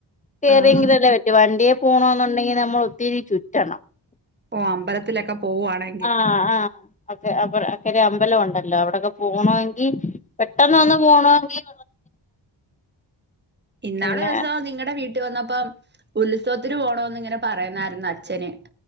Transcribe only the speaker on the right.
ആഹ്
ഓ അമ്പലത്തിലൊക്കെ പോവുവാണെ
ഇന്നാളൊരുസം
നിങ്ങടെ വീട്ടിൽ വന്നപ്പം ഉത്സവ ഒത്തി പോണോന്ന് ഇങ്ങനെ പറയുന്നായിരുന്നു അച്ഛന്